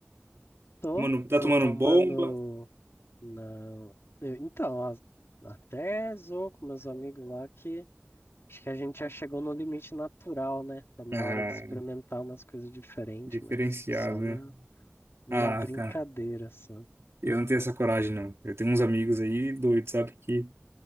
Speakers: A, on the left (about 70°); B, on the right (about 80°).
A: Tô,
B: Tomando, tá
A: tô
B: tomando
A: tomando.
B: bomba?
A: Não. eu- Então, ó, até zoou com meus amigos lá que acho que a gente já chegou no limite natural, né? Tá na
B: Ah,
A: hora de experimentar umas coisas diferentes,
B: Diferenciado,
A: mas só
B: né?
A: na, na
B: Ah,
A: brincadeira,
B: cara,
A: só.
B: eu não tenho essa coragem, não. Eu tenho uns amigos aí doidos, sabe, que,